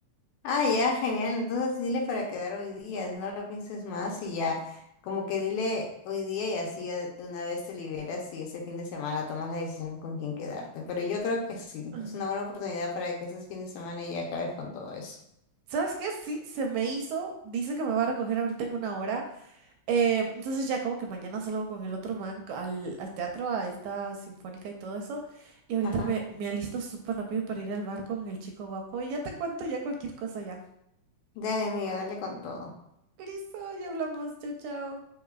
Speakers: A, on the left; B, on the right.
A: Ah, ya, genial. Entonces dile para quedar hoy día, no lo pienses más y ya, como que dile hoy día y así ya de una vez te liberas y ese fin de semana tomas la decisión con quién quedarte. Pero yo creo que sí,
B: Ajá.
A: es una buena oportunidad para que ese fin de semana ya acabes con todo eso.
B: ¿Sabes qué? Sí, se me hizo. Dice que me va a recoger ahorita en una hora. Eh, entonces ya como que mañana salgo con el otro man c- al, al teatro, a esta sinfónica y todo eso. Y ahorita
A: Ajá.
B: me, me alisto súper rápido para ir al bar con el chico guapo. Y ya te cuento ya cualquier cosa ya.
A: Dale, amiga, dale con todo.
B: Listo, ya hablamos. Chao, chao.